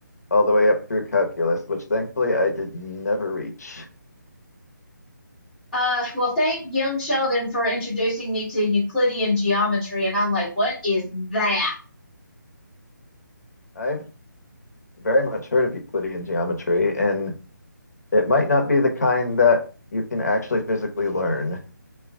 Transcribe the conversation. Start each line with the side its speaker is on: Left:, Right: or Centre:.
Left: all the way up through calculus, which thankfully I did never reach.
Centre: Uh, well, thank young Sheldon for introducing me to Euclidean geometry. And I'm like, what is that?
Left: I've very much heard of Euclidean geometry and It might not be the kind that you can actually physically learn.